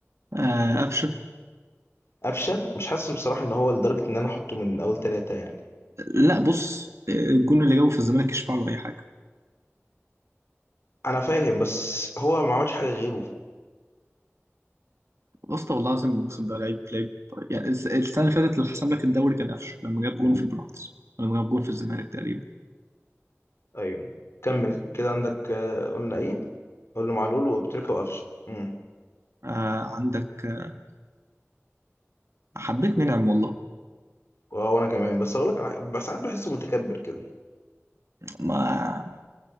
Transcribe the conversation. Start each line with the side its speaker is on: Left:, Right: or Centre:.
Right: آه، قفشة
Left: قفشه مش حاسس بصراحه ان هو لدرجه ان انا احطه من اول ثلاثه يعني
Right: لا بص آه، الجون اللي جابه في الزمالك يشفع له اي حاجة
Left: انا فاهم بس هو ما عملش حاجه غيره
Right: بص والله العظيم اقسم بالله لعيب لعيب يعني الس- السنة اللي فاتت اللي حسم لك الدوري كان قفشة لما جاب جون في البيراميدز لما جاب جون في الزمالك تقريبا
Left: ايوه كمل كده عندك آه، قلنا ايه قلنا معلول وبتريكة وقفشه امم
Right: آه عندك آه، حبيت منعم والله
Left: وانا كمان بس اقول لك على حاجة، بس ساعات بحسه متكبر كده
Right: ما